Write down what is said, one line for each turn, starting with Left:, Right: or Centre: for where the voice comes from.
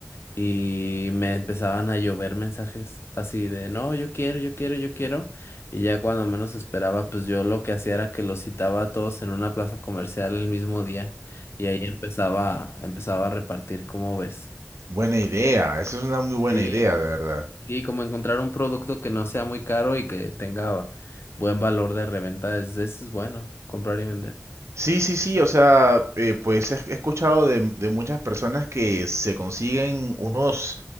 Left: y me empezaban a llover mensajes así de, no, yo quiero, yo quiero, yo quiero. Y ya cuando menos esperaba, pues yo lo que hacía era que los citaba a todos en una plaza comercial el mismo día y ahí empezaba, empezaba a repartir, ¿cómo ves?
Right: Buena idea. Esa es una muy buena
Left: Sí,
Right: idea, de verdad.
Left: y como encontrar un producto que no sea muy caro y que tenga buen valor de reventa, es, es bueno comprar y vender.
Right: Sí, sí, sí, o sea, eh, pues he he escuchado de, de muchas personas que se consiguen unos,